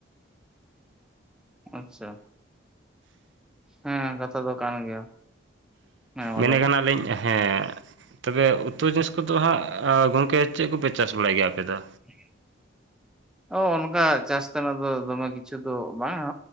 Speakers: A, in the centre; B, on the right.
A: ᱦᱦ <inaudible> ᱟᱪᱪᱷᱟ ᱦᱮᱸ ᱠᱟᱛᱷᱟ ᱫᱚ ᱠᱟᱱ ᱜᱮᱭᱟ ᱦᱮᱸ ᱢᱟ
B: ᱢᱮᱱ
A: ᱞᱟᱹᱭ ᱢᱮ
B: ᱠᱟᱱᱟᱞᱤᱧ ᱦᱮᱸ ᱛᱚᱵᱮ ᱩᱛᱩ ᱡᱤᱱᱤᱥ ᱠᱚᱫᱚ ᱦᱟᱸᱜ ᱜᱚᱝᱠᱮ ᱪᱮᱫ ᱠᱚᱯᱮ ᱪᱟᱥ ᱵᱟᱲᱟᱭ ᱜᱮᱭᱟ ᱟᱯᱮ ᱫᱚ
A: <inaudible> ᱚᱱᱠᱟ ᱪᱟᱥ ᱛᱮᱱᱟᱜ ᱫᱚ ᱫᱚᱢᱮ ᱠᱤᱪᱷᱩ ᱫᱚ ᱵᱟᱝᱟ